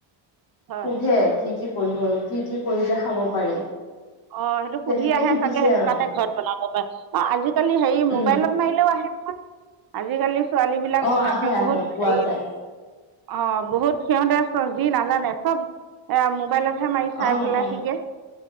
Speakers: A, on the right; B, on the left.
A: হয়
B: সুধে কি কি কৰিব কি কি কৰিলে খাব পাৰি।
A: অঁ সেইটো
B: তেনেকে
A: সুধি আহে
B: শিকিছে
A: চাগে সেইটো
B: আৰু
A: কাৰণে ঘৰত বনাব পাৰে অ আজিকালি হেৰি মোবাইলত
B: উম
A: মাৰিলেও আহে। নহয় আজিকালি। ছোৱালী বিলাক
B: অ আহে
A: একে
B: আহে
A: বহুত
B: পোৱা
A: হেই।
B: যায়
A: অঁ বহুত সিহঁতে যি নাজানে চব এ মোবাইলত হে মাৰি চাই
B: অ
A: পেলাই
B: অ
A: শিকে